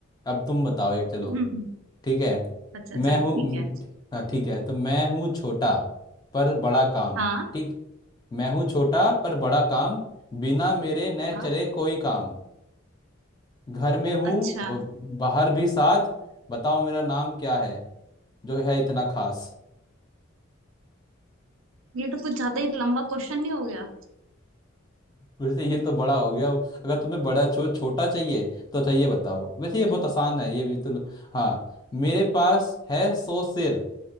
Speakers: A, on the left; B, on the right.
A: अब तुम बताओ एक चलो
B: <laughs>
A: ठीक है
B: अच्छा
A: मैं
B: चलो
A: हूँ
B: ठीक
A: म,
B: है
A: हाँ, ठीक है तो मैं हूँ छोटा पर बड़ा काम
B: हाँ
A: ठीक मैं हूँ छोटा पर बड़ा काम बिना मेरे न
B: हाँ
A: चले कोई काम घर में हूँ
B: अच्छा
A: ब- बाहर भी साथ बताओ मेरा नाम क्या है जो है इतना खास
B: ये तो कुछ ज्यादा ही लंबा क्वेश्चन नहीं हो गया <laughs>
A: वैसे ये तो बड़ा हो गया अगर तुम्हें बड़ा छो, छोटा चाहिए तो अच्छा ये बताओ वैसे ये
B: हम्म।
A: बहुत आसान है ये भी तो हाँ मेरे पास है सौ सिर